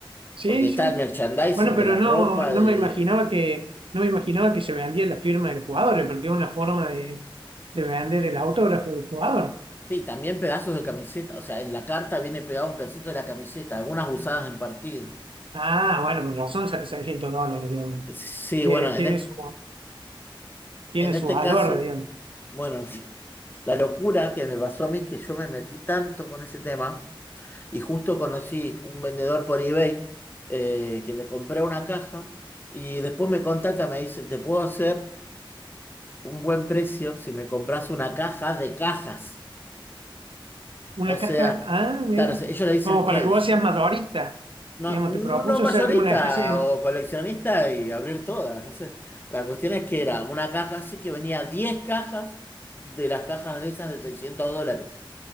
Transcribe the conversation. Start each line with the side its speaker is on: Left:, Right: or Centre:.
Right: Sí,
Left: Porque está
Right: sí.
Left: el merchandising
Right: Bueno, pero
Left: de la
Right: no,
Left: ropa,
Right: no
Left: de...
Right: me imaginaba que, no me imaginaba que se vendía la firma del jugador, porque es una forma de, de vender el autógrafo del jugador.
Left: Sí, también pedazos de camiseta. O sea, en la carta viene pegado un pedacito de la camiseta, algunas usadas en partido.
Right: Ah, bueno, con razón sale 600 dólares, digamos.
Left: Sí,
Right: Tiene,
Left: bueno,
Right: tiene
Left: en este,
Right: su, tiene
Left: en este
Right: su valor,
Left: caso,
Right: digamos.
Left: bueno, la locura que me pasó a mí es que yo me metí tanto con ese tema y justo conocí un vendedor por eBay eh, que le compré una caja y después me contacta, me dice, te puedo hacer un buen precio si me compras una caja de cajas.
Right: Una
Left: O sea,
Right: caja, ah, mira,
Left: claro, ellos le dicen
Right: como
Left: case.
Right: para que vos seas madurista,
Left: No,
Right: digamos,
Left: no
Right: te propuso
Left: mayorista
Right: ser como una especie
Left: o coleccionista y abrir todas. No sé. La cuestión es que era una caja así que venía 10 cajas de las cajas de esas de 600 dólares.